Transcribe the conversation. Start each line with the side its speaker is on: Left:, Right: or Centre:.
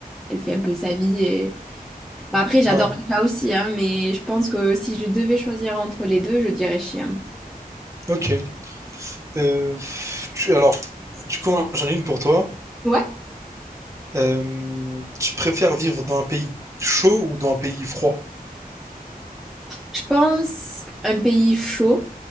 Centre: elle fait un peu sa vie. Et... Bah, après, j'adore
Right: ouais,
Centre: les chats aussi, hein, mais je pense que si je devais choisir entre les deux, je dirais chien.
Right: ok. Euh, tu- alors, du coup, j'en ai une pour toi.
Centre: Ouais.
Right: Euh, tu préfères vivre dans un pays chaud ou dans un pays froid?
Centre: Je pense un pays chaud.